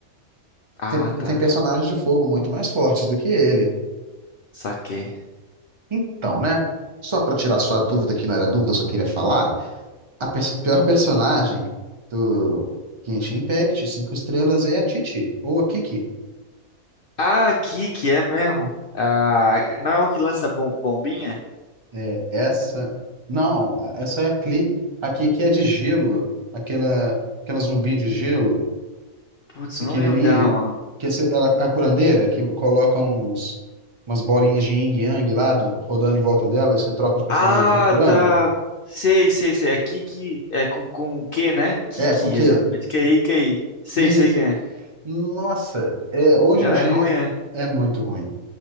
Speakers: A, on the left; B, on the right.
A: Ah,
B: Tem...
A: tá.
B: tem personagens de fogo muito mais fortes do que ele.
A: Saquei.
B: Então, né? Só pra tirar sua dúvida, que não era dúvida, eu só queria falar. A pers- pior personagem do Genshin Impact, cinco estrelas, é a Titi, ou a Kiki.
A: Ah, aqui que é mesmo. Ah, não é uma que lança bom, bombinha?
B: É, é essa. Não, a- essa é a Klee. A Kiki é de gelo, aquela, aquela zumbi de gelo,
A: Putz,
B: pequenininha,
A: eu não lembro dela, mano.
B: que essa- ela, a curandeira, que coloca uns, umas bolinhas de yin yang lá, do- rodando em volta dela, e você troca os personagens
A: Ah,
B: e fica curando.
A: tá. Sei, sei, sei. É Kiki, é com, com o quê, né? Kiki,
B: É, com que?
A: exatamente. QI, QI. Sei,
B: Isso.
A: sei quem é.
B: Nossa, é, hoje
A: Ela
B: em dia
A: é ruim, é?
B: é muito ruim.